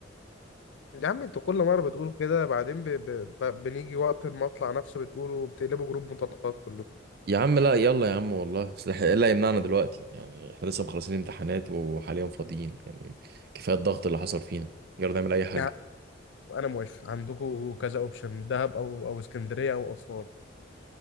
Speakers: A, on the left; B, on the right.
A: يا عم انتوا كل مره بتقولوا كده بعدين ب... ب... ب... بنيجي وقت المطلع نفسه بتقولوا بتقلبوا جروب مطلقات كلكم
B: يا عم لا يلا يا عم والله اصل إحنا- ايه اللي هيمنعنا دلوقتي يعني احنا لسه مخلصين امتحانات وحاليا فاضيين يعني كفايه الضغط اللي حصل فينا يلا نعمل اي حاجه
A: يا عم انا موافق عندكم كذا اوبشن دهب او او اسكندريه او اسوان